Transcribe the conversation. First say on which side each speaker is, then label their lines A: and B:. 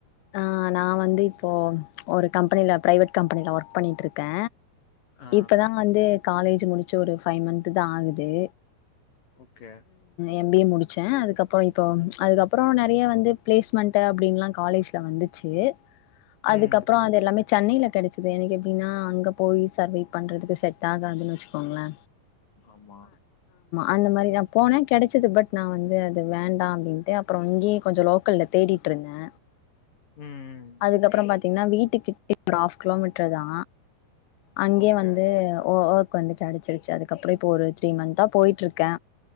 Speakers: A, on the left; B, on the left.
A: ஆ நா வந்து இப்போ ஒரு கம்பெனில ப்ரைவேட் கம்பெனில ஒர்க் பண்ணிட்டுருக்கே
B: ஆ
A: இப்பதா வந்து காலேஜ் முடிச்ச ஒரு ஃபைவ் மன்ந்த்து தா ஆகுது
B: ஓகே
A: எம் பி ஏ முடிச்சே அதுக்கப் அப்போஇப்போ
B: ம்.
A: அதுக்கப்புறோ ந லலே வந்து பிளேஸ்மெண்ட் அப்படின்லா காலேஜ் தா வந்துச்சு அதுக்கப்புறோ
B: ம்.
A: அது எல்லாமே சன்னையில கடச்சிது எனக்கு எப்டின்னா அங்க போய் சர்வையி பண்ணுறதுக்கு செட் ஆகாதுன்னு வச்சுக்கோங்களே
B: ஆமா
A: அந்த மாதிரி நா போனேன் கெடைச்சது பட் நா வந்து அது வேண்டா அப்டின்ட்டு அப்புறோ இங்கேயே கொஞ்சோ லோக்கல்ல தேடிட்டு இருந்தே
B: ம், ம்.
A: அதுக்கப்புறோ பாத்தீங் ன்னா வீட்டுக்கிட்டே ஹாஃப் கிலோமீட்டர் தா அங்கே
B: ஓகே.
A: வந்து ஒ ஓ வந்து கிடைச்சிருச்சு அதுக்கப்புறோ இப்போ ஒரு த்ரீ மந்த்தா போயிட்டு இருக்கே